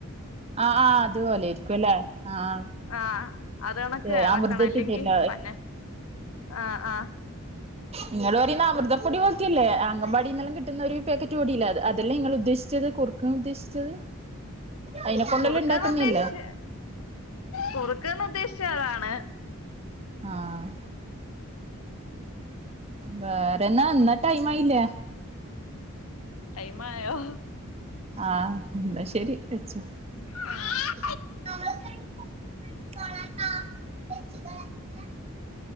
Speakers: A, on the right; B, on the left.
A: ആഹ് ആഹ് അതുപോലെ ഇരിക്കും അല്ലേ ആഹ്
B: ആഹ് അത് കണക്ക്
A: ഇത്
B: ഇളക്കണം
A: അമൃതത്തിന്റെല്ല
B: അല്ലെങ്കി പന്ന ആഹ് ആഹ്
A: നിങ്ങള് പറയുന്ന അമൃതപ്പൊടി പോൽത്തെയല്ലേ അങ്കമ്പാടിന്നേല്ലാം കിട്ടുന്ന ഒരു പാക്കറ്റ് പൊടിയില്ലേ അത്‌ അതല്ലേ ഇങ്ങൾ ഉദ്ദേശിച്ച ചത് കുർക്ക് ഉദ്ദേശിച്ചത് അയിനെ കൊണ്ടല്ലാം
B: കുറ്ക്ക്ന്ന്
A: ഉണ്ടാക്കുന്നയല്ലേ
B: ഉദ്ദേശിച്ച കുറുക്ക്ന്ന് ഉദ്ദേശിച്ച അതാണ്
A: ആഹ് വേറെ എന്നാ എന്നാ ടൈം ആയില്ലേ
B: ടൈം ആയോ
A: ആഹ് എന്നാ ശെരി വെച്ചോ
B: ആ
A: <inaudible>